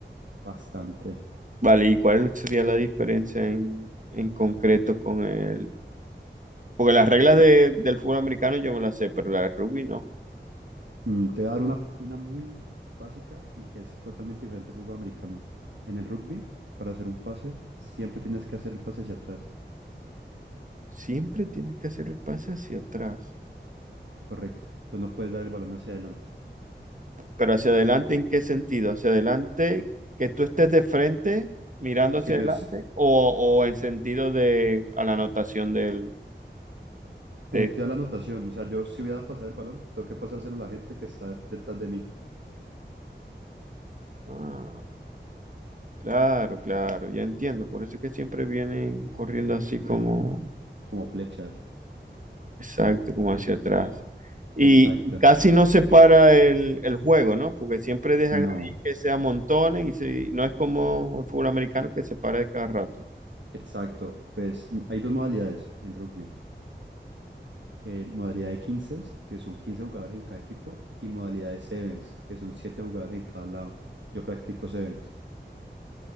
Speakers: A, on the right; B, on the right.
A: bastante.
B: Vale, ¿y cuál sería la diferencia en, en concreto con el...? Porque las reglas de- del fútbol americano yo me las sé, pero la de rugby no.
A: Mm, te voy a dar una, una muy básica y que es totalmente diferente al fútbol americano. En el rugby, para hacer un pase, siempre tienes que hacer el pase hacia atrás,
B: Siempre tienes que hacer el pase hacia atrás.
A: correcto. Entonces no puedes dar el balón hacia adelante.
B: Pero hacia adelante, ¿en qué sentido? ¿Hacia adelante que tú estés de frente mirando hacia
A: Que yo
B: adelante
A: es,
B: o, o en sentido de a la anotación del... De...
A: en sentido de la anotación, o sea, yo si voy a pasar el balón, tengo que pasárselo a la gente que está detrás de mí,
B: Ah, claro, claro, ya entiendo. Por eso es que siempre vienen corriendo así como...
A: como flechas.
B: Exacto, como hacia atrás. Y
A: Exacto.
B: casi no se para el, el juego, ¿no? Porque siempre dejan
A: No.
B: ahí que se amontonen y se- no es como el fútbol americano que se para de cada rato.
A: Exacto, pues m- hay dos modalidades en rugby. Eh, modalidad de 15, que son 15 jugadores en cada equipo, y modalidad de sevens, que son 7 jugadores en cada lado. Yo practico sevens.